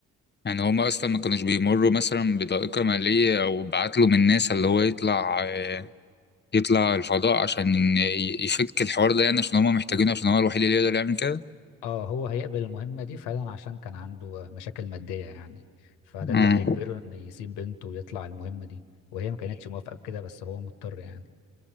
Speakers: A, on the left; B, on the left.
A: يعني هما اصلا ما كانوش بيمروا مثلا بضائقة مالية او بعتلوا من ناس اللي هو يطلع آه، يطلع الفضاء عشان ي- يفك الحوار ده يعني عشان هما محتاجينه عشان هو الوحيد اللي يقدر يعمل كده
B: اه هو هيقبل المهمة دي فعلا عشان كان عنده آه، مشاكل مادية يعني فده اللي
A: اه
B: هيجبره إنه يسيب بنته ويطلع المهمة دي وهي ما كانتش موافقة بكده بس هو مضطر يعني